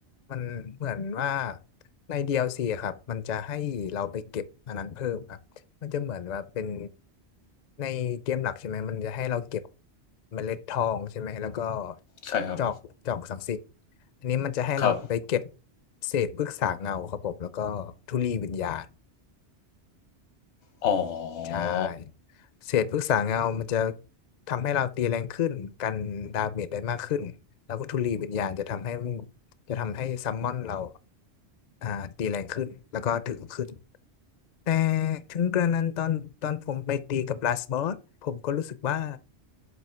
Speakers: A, on the left (about 50°); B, on the left (about 80°).
A: มันเหมือนว่าใน DLC อลซีอะครับมันจะให้เราไปเก็บอันนั้นเพิ่มครับมันจะเหมือนว่าเป็นในเกมหลักใช่ไหม มันจะให้เราเก็บเมล็ดทองใช่ไหมแล้วก็
B: ใช่ครับ
A: จอกจอกศักดิ์สิทธิ์อันนี้มันจะให้เราไปเก็บ
B: ครับ
A: เศษพฤกษาเงาครับผมแล้วก็ธุลีวิญญาณ
B: อ๋อ
A: ใช่เศษพฤกษาเงามันจะทำให้เราตีแรงขึ้นกันดาเมจได้มากขึ้นแล้วก็ธุลีวิญญาณจะทำให้จะทำให้ซัมมอนเราอ่าตีแรงขึ้นแล้วก็ถึงขึ้นแต่ถึงกระนั้นตอนตอนผมไปตีกับลาสบอสผมก็รู้สึกว่า